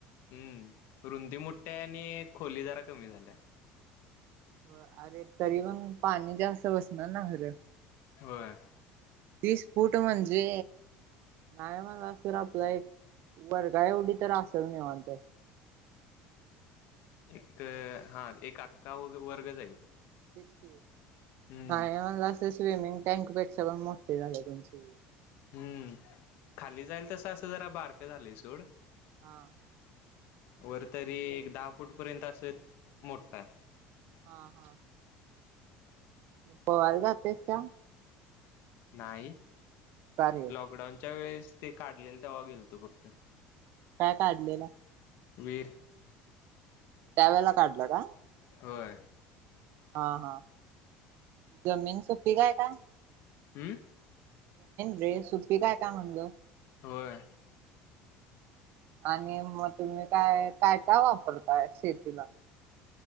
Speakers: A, on the left; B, on the right.
A: हम्म रुंदी मोठ्या आणि खोली जरा कमी झालाया.
B: हो अरे तरी पण पाणी जास्त बसणार ना खरं.
A: होय.
B: तीस पूट म्हणजे नाही मला तरर आपलं एक वर्गा एवढी तर असेल निवांत.
A: एक हा एक अक्का व वर्ग जाईल.
B: तेच की
A: हम्म
B: नाही म्हणला तर. स्विमिंग टँकपेक्षा पण मोठ झालं तुमचं हे
A: हम्म.... खाली जाईल त सास जरा बारक झालेय सोड-
B: हां.
A: वर तरी एक दहा फूट पर्यंत असत मोठठा-
B: हा- हा पवाल जा तेस का <unintelligible>
A: नाही
B: का रे
A: लॉकडाऊनच्या वेळेस ते काढलेल तेव्हा गेल तू फक्त,
B: काय काढलेलं?
A: वेर <inaudible>
B: त्यावेेळेला काढलं का?
A: होय,
B: हां हां जमीन सुपीक आहे का?
A: हम्म,
B: रे सुट्टी काय काय म्हणलं?
A: होय.
B: आणि मग तुम्ही काय काय काय वापरताय शेतीला?